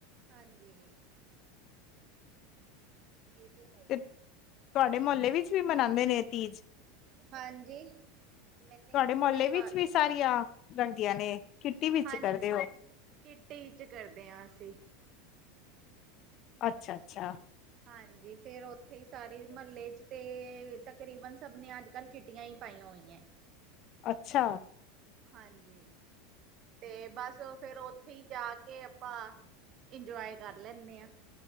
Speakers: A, on the right; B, on the left.
A: ਹਾਂਜੀ, ਏ ਤੇ ਹੈ। ਹੀ
B: ਤੇ,
A: ਹੈ
B: ਤਾਡੇ ਮੁਹੱਲੇ ਵਿੱਚ ਵੀ ਮਨਾਂਦੇ ਨੇ ਤੀਜ?
A: ਹਾਂਜੀ, ਮੈਨੇ
B: ਤੁਹਾਡੇ
A: ਕਿੱਟੀ
B: ਮੁਹੱਲੇ ਵਿੱਚ
A: ਪਾ
B: ਵੀ ਸਾਰੀਆਂ, ਰੰਗਦੀਆਂ ਨੇ। ਕਿੱਟੀ ਵਿੱਚ
A: ਹਾਂਜੀ,
B: ਕਰਦੇ ਹੋ
A: ਕਿੱਟੀ 'ਚ ਕਰਦੇ ਆਂ ਅਸੀਂ।
B: ਅੱਛਾ- ਅੱਛਾ।
A: ਹਾਂਜੀ, ਫੇਰ ਉੱਥੇ ਈ ਸਾਰੇ ਮਹੱਲੇ 'ਚ ਤੇ, ਤਕਰੀਬਨ ਸਭ ਨੇ ਅੱਜ ਕੱਲ ਕਿੱਟੀਆਂ ਈ ਪਾਈਆਂ ਹੋਈਆਂ।
B: ਅੱਛਾ।
A: ਹਾਂਜੀ, ਤੇ ਬਸ ਫੇਰ ਉੱਥੇ ਈ ਜਾ ਕੇ ਆਪਾਂ ਇੰਜੋਏ ਕਰ ਲੈਂਨੇ ਆ।